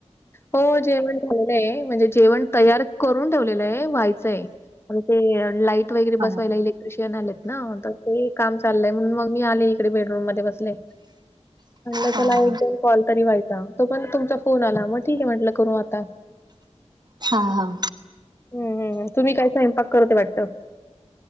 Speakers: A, on the left (about 20°); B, on the right (about 35°).
A: हो जेवण झालेलं आहे म्हणजे जेवण तयार करून ठेवलेलं आहे व्हायचंय म्ह ते लाईट वगैरे
B: हा
A: बसवायला क्रुशियन आलेत ना तर ते काम चाललंय म्हून मग मी आले इकडे बेडरूम मध्ये बसले म्हटलं
B: हा
A: चला
B: हा
A: एकदोन कॉल तरी व्हायचा तो पण तुमचा फोन आला मग ठीक आहे म्हटलं करू आता
B: हा हां
A: हम् हम्म तुम्ही काय स्वयंक करत ते वाटतं?